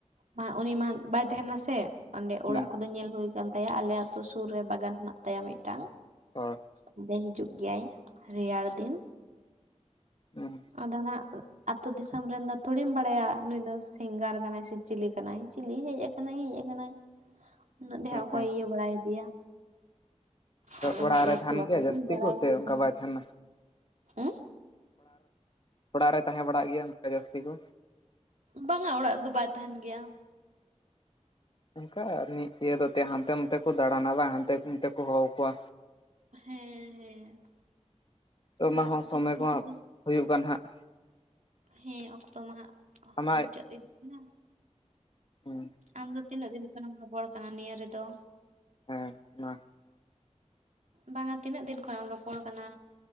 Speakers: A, on the right (about 85°); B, on the left (about 45°).
A: ᱢᱟ ᱩᱱᱤ ᱢᱟ ᱵᱟᱭ ᱛᱟᱦᱮᱱᱟ ᱥᱮ᱾ ᱟᱰᱮ
B: ᱦᱩᱸ
A: ᱚᱲᱟᱜ ᱠᱚᱫᱚ ᱧᱮᱞ ᱦᱩᱭ ᱠᱟᱱ ᱛᱟᱭᱟ ᱟᱞᱮ ᱟᱛᱳ ᱥᱩᱨ ᱨᱮ ᱵᱟᱜᱟᱱ ᱦᱮᱱᱟᱜᱮ ᱛᱟᱭᱟ ᱢᱤᱫᱴᱟᱝ᱾
B: ᱦᱳᱭ᱾
A: ᱱᱚᱰᱮ ᱦᱤᱡᱩᱜ ᱜᱮᱭᱟᱭ ᱨᱮᱭᱟᱲ ᱫᱤᱱ᱾
B: ᱦᱩᱸ
A: ᱟᱫᱚ ᱱᱟᱜ ᱟᱛᱳ ᱫᱤᱥᱚᱢ ᱨᱮᱱ ᱫᱚ ᱛᱷᱚᱲᱮᱢ ᱵᱟᱲᱟᱭᱟ ᱱᱩᱭ ᱫᱚ ᱥᱤᱝᱜᱟᱨ ᱠᱟᱱᱟᱭ ᱥᱮ ᱪᱤᱞᱤ ᱠᱟᱱᱟᱭ ᱪᱤᱞᱤ ᱦᱮᱡ ᱟᱠ ᱦᱮᱸᱡ ᱟᱠᱟᱱᱟᱭ᱾
B: <unintelligible>
A: ᱩᱱᱟᱹᱜ ᱫᱚᱦᱟᱸᱜ ᱚᱠᱚᱭ
B: ᱦᱮᱸ
A: ᱤᱭᱟᱹ ᱵᱟᱲᱟᱭ ᱫᱤᱭᱟ᱾ ᱟᱫᱚ
B: ᱚᱲᱟᱜ
A: ᱦᱟᱸᱜ
B: ᱨᱮ
A: ᱞᱮ
B: ᱛᱟᱦᱮᱱ
A: ᱛᱷᱚᱲᱟ
B: ᱜᱮᱭᱟ
A: ᱠᱷᱟᱡ
B: ᱡᱟᱹᱥᱛᱤ
A: ᱜᱮ ᱵᱟᱲᱟᱭ
B: ᱠᱚ
A: ᱤᱫᱤᱭ
B: ᱥᱮ ᱚᱱᱠᱟ
A: ᱠᱟᱱᱟ᱾
B: ᱵᱟᱭ ᱛᱟᱦᱮᱱᱟ
A: ᱩᱸ
B: ᱚᱲᱟᱜ ᱨᱮ ᱛᱟᱦᱮᱸ ᱵᱟᱲᱟᱜ ᱜᱮᱭᱟ ᱚᱱᱠᱟ ᱡᱟᱹᱥᱛᱤ ᱠᱚ?
A: ᱵᱟᱝᱟ ᱚᱲᱟᱜ ᱨᱮᱫᱚ ᱵᱟᱭ ᱛᱟᱦᱮᱱ ᱜᱤᱭᱟ᱾
B: ᱚᱱᱠᱟ ᱟᱨ ᱢᱤᱫ ᱤᱭᱟᱹ ᱫᱚ ᱛᱮ ᱦᱟᱱᱛᱮ ᱱᱟᱛᱮ ᱠᱚ ᱫᱟᱬᱟᱱᱟ ᱦᱟᱱᱛᱮ ᱱᱟᱛᱮ ᱠᱚ ᱦᱚᱦᱚ ᱟᱠᱚᱣᱟ᱾
A: ᱦᱮᱸ ᱦᱮᱸ᱾
B: ᱛᱚᱱᱟ
A: ᱚᱲᱟᱜ
B: ᱦᱚᱸ
A: ᱨᱮᱫᱚ
B: ᱥᱚᱢᱚᱭ
A: ᱚᱲᱟᱜ
B: ᱠᱚ ᱦᱟᱸᱜ
A: ᱫᱚ
B: ᱦᱩᱭᱩᱜ ᱠᱟᱱ ᱦᱟᱸᱜ᱾
A: ᱦᱮᱸ ᱚᱠᱛᱚ ᱢᱟ ᱦᱟᱸᱜ
B: ᱟᱢᱟᱜ
A: ᱢᱩᱪᱟᱹᱫ ᱫᱤ ᱱᱟ᱾
B: ᱦᱩᱭ
A: ᱟᱢ ᱫᱚ ᱛᱤᱱᱟᱹᱜ ᱫᱤᱱ ᱠᱷᱚᱱᱮᱢ ᱨᱚᱯᱚᱲ ᱠᱟᱱᱟ ᱱᱤᱭᱟᱹ ᱨᱮᱫᱚ?
B: ᱦᱮᱸ ᱢᱟ
A: ᱵᱟᱝᱟ ᱛᱤᱱᱟᱹᱜ ᱫᱤᱱ ᱠᱷᱚᱱᱟᱜ ᱮᱢ ᱨᱚᱯᱚᱲ ᱠᱟᱱᱟ?